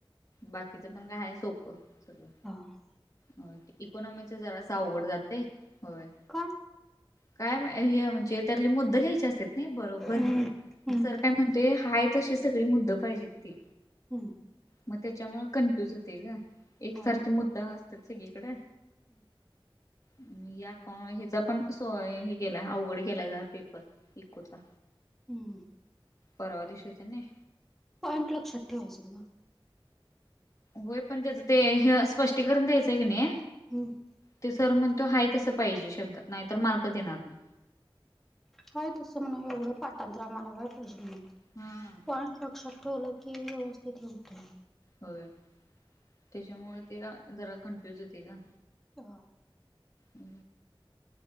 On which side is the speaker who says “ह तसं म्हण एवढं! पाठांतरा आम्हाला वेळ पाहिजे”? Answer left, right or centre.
Centre